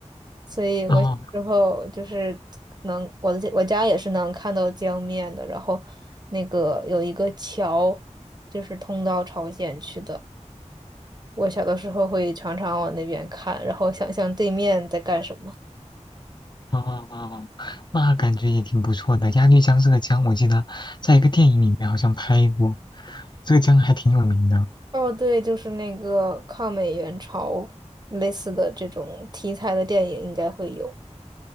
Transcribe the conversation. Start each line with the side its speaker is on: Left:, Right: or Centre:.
Right: 所以我之后就是能我的家我家也是能看到江面的，
Left: 啊？哦
Right: 然后那个有一个桥，就是通到朝鲜去的。我小的时候会常常往那边看，然后想象对面在干什么。
Left: 哦哦，那感觉也挺不错的。鸭绿江这个江，我记得在一个电影里面好像拍过，这个江还挺有名的。
Right: 哦，对，就是那个抗美援朝类似的这种题材的电影应该会有。